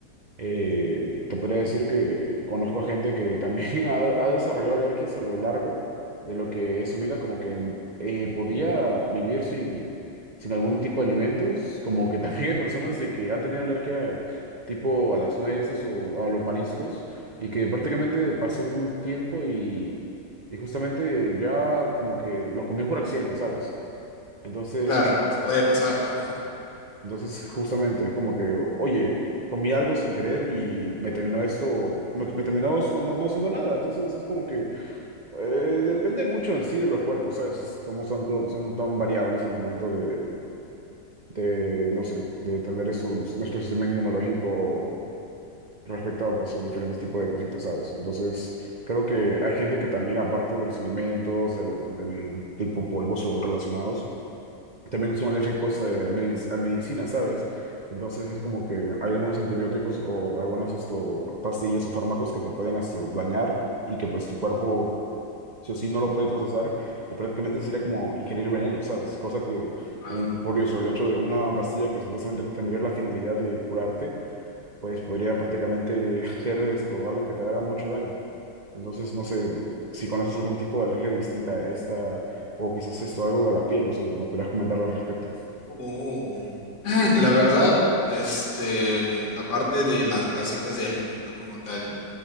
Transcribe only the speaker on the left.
Claro,
pues puede pasar. <laughs>
No,
no.
Oh, <clears throat> La verdad, este, aparte de las clásicas de alimentos como tal,